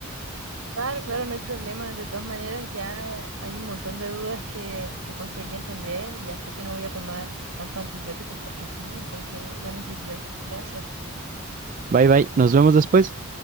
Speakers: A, on the right; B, on the right.
A: Claro, claro, no hay problema. De todas maneras, ya hay un montón de dudas que, que conseguí entender. y Ya sé que no voy a tomar tanto antibiótico porque sí, entonces ya me sirvió. Gracias.
B: Bye bye, nos vemos después.